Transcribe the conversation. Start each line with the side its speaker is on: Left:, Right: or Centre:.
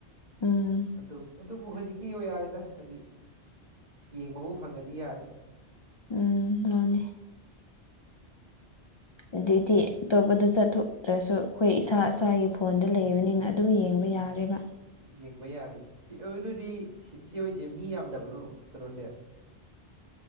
Left: ꯎꯝ
Right: ꯑꯗꯨ ꯑꯗꯨꯕꯨ ꯍꯧꯖꯤꯛꯇꯤ ꯌꯥꯔꯦꯗ ꯍꯥꯏꯗꯤ ꯌꯦꯡꯕꯕꯨ ꯐꯪꯉꯗꯤ ꯌꯥꯔꯦ
Left: ꯎꯝ ꯃꯥꯅꯦ
Right: <inaudible>
Left: ꯑꯗꯩꯗꯤ ꯑꯇꯣꯞꯄꯗ ꯆꯠꯊꯣꯛꯇ꯭ꯔꯁꯨ ꯑꯩꯈꯣꯏ ꯏꯁꯥ ꯏꯁꯥꯒꯤ ꯐꯣꯟꯗ ꯂꯩꯕꯅꯤꯅ ꯑꯗꯨꯝ ꯌꯦꯡꯕ ꯌꯥ ꯌꯥꯔꯦꯕ
Right: ꯌꯦꯡꯕ ꯌꯥꯅꯤ ꯑꯗꯨꯗꯤ ꯏꯆꯦ ꯍꯣꯏꯁꯦ ꯃꯤ ꯌꯥꯝꯗꯕꯅꯣ ꯀꯩꯅꯣꯁꯦ <inaudible>